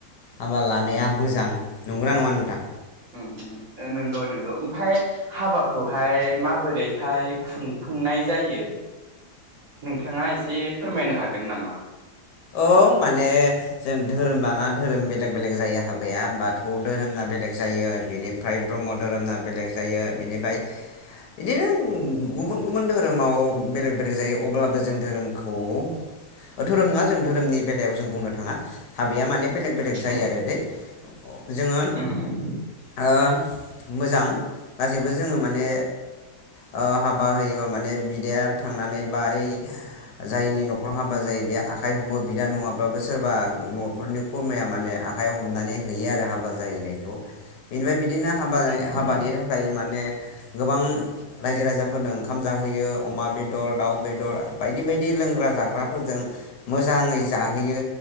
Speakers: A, on the left; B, on the right.
A: हाबा लानाया मोजां। नंगौना नङा नोंथां?
B: ओम ओम अ नंगौ नंगौ ओमफाय हाबाखौहाय माबोरैहाय खुंफुंनाय जायो नोंथाङा एसे फोरमायनो हागोन नामा?
A: औ माने जेन धोरोम लाना धोरोम बेलेग बेलेग जायो हाबाया बाथौ धोरोमना बेलेग जायो, बेनिफ्राय ब्रह्म धोरोमना बेलेग जायो बेनिफाय इदिनो गुबुन गुबुन धोरोमाव बेलेग बेलेग जायो अब्लाबो जों धोरोमखौ ओ धोरोम नङा। जों धोरोमनि बेलायाव जों बुंनो थाङा हाबाया माने बेलेग बेलेग जायो
B: उम
A: आरो दे जोङो।
B: उम उम
A: ओ मोजां गासैबो जोङो माने ओ हाबा होयोबा माने बिदाया थांनानै बा ओइ जायनि न'खराव हाबा जायो बे आ खाइ हमो बिदा नङाब्लाो सोरबा न'खरनि खुरमाया माने आखाइ हमनानै हैयो आरो हाबा जाहैनायखौ बेनिफ्राय बिदिनो हाबा
B: उम
A: हाबानि
B: उम
A: थाखाय माने गोबां रायजो राजाफोरनो ओंखाम जाहोयो अमा बेदर दाउ बेदर बायदि बायदि लोंग्रा जाग्राफोरजों मोजाङै जाहोयो